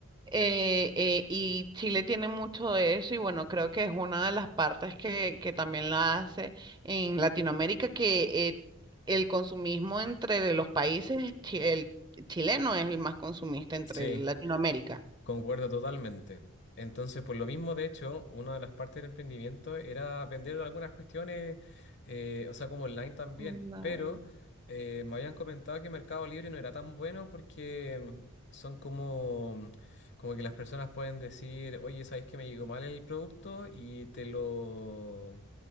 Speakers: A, on the right; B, on the left.
A: eh, eh, y Chile tiene mucho de eso y bueno, creo que es una de las partes que, que también la hace en Latinoamérica, que eh, el consumismo entre los países, chi- el chileno es el más consumista entre
B: sí.
A: Latinoamérica.
B: Concuerdo totalmente. Entonces, por lo mismo, de hecho, una de las partes del emprendimiento era vender algunas cuestiones, eh, o sea, como online también,
A: No,
B: pero eh, me habían comentado que Mercado Libre no era tan bueno porque mm, son como, como que las personas pueden decir, oye, ¿sabéis que me llegó mal el producto? Y te lo...